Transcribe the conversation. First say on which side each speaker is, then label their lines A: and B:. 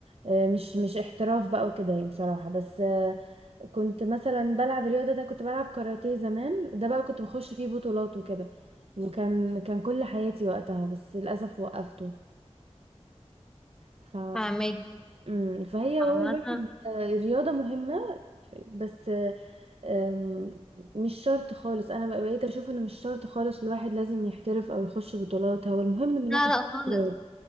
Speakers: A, on the right (about 60°); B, in the centre.
A: آه، مش مش احتراف بقى وكده يعني بصراحه بس آه، كنت مثلا بلعب رياضه ده كنت بلعب كاراتيه زمان ده بقى كنت بخش فيه بطولات وكده وكان كان كل حياتي وقتها بس للاسف وقفته ف...
B: فاهمك
A: مم، فهي
B: عامة
A: هو الواحد آه، الرياضه مهمه بس أم، مش شرط خالص انا بقى- بقيت اشوف انه مش شرط خالص الواحد لازم يحترف او يخش بطولات هو المهم ان الواحد
B: لا لا خالص
A: يجتهد.